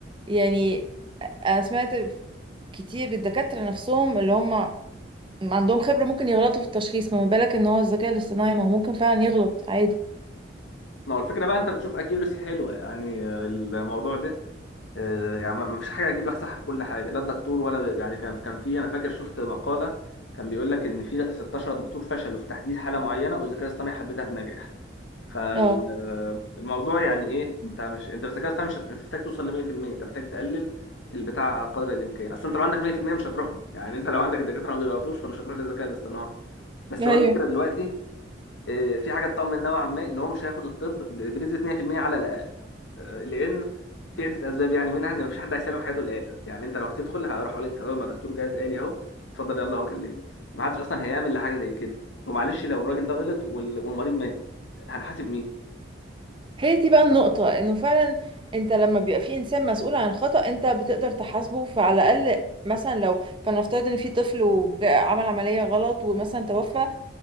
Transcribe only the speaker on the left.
ما هو الفكره بقى انت بتشوف اكيورسي حلوه يعني آه، الموضوع ده آه، يعني ما ما فيش حاجه هتجيب لك صح في كل حاجه لا الدكتور ولا غير يعني كان كان في انا فاكر شفت مقاله كان بيقول لك ان في 16 دكتور فشلوا في تحديد حاله معينه والذكاء الاصطناعي حددها بنجاح فالموضوع
يعني ايه انت مش انت في الذكاء الاصطناعي مش هت- مش محتاج توصل ل 100% انت محتاج تقلل البتاع قدر الامكان اصل انت لو عندك 100% مش هتروح له. يعني انت لو عندك الدكاتره ما بيغلطوش فمش هتروح للذكاء الاصطناعي بس
هو الفكره دلوقتي إيه، في حاجه تطمن نوعا ما ان هو مش هياخد الطب ب- بنسبه 100% على الاقل آه، لان في عده اسباب يعني منها ان مفيش حد هيسلم حياته الاله يعني انت لو هتدخل هروح اقول انت تدخل مع دكتور جهاز آلي اهو اتفضل يلا اهو كلمني ما حدش اصلا هيعمل لحاجه زي كده ومعلش لو الراجل ده غلط وال- والمريض مات هنحاسب مين